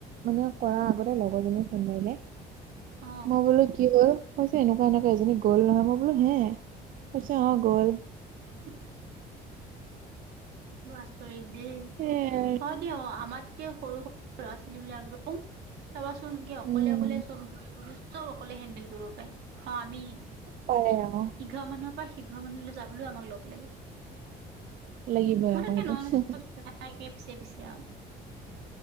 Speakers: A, on the right; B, on the right.
A: মানে কৰাৰ আগতে লগৰজনীয়ে ফোন মাৰিলে।
B: অ
A: মই বলো কি হল? কৈছে এনেকুৱা এনেকুৱা এজনী গ'ল নহয়? মই বোলো হে! কৈছে অঁ গ'ল।
B: <unintelligible> আচৰিত দেই,
A: সেয়াই আৰু
B: অ দিয় আমাতকে সৰু - সৰু ল'ৰা ছোৱালীবিলাকৰ ম চাবাচোনকি অকলে
A: উম
B: অকলে চব ঘূৰি - ঘুৰি চব অকলে হেন্দেল কৰিব পাৰে। অ আমি,
A: পাৰে আকৌ
B: ইঘৰ মানুহৰ পৰা সিঘৰ মানুহলৈ যাবলৈও আমাক লগ লাগে।
A: লাগিবই
B: মইতাকে
A: আকৌ
B: তাকে
A: সেইটো
B: নন ষ্টপ জাকে পিছে পিছে আৰু।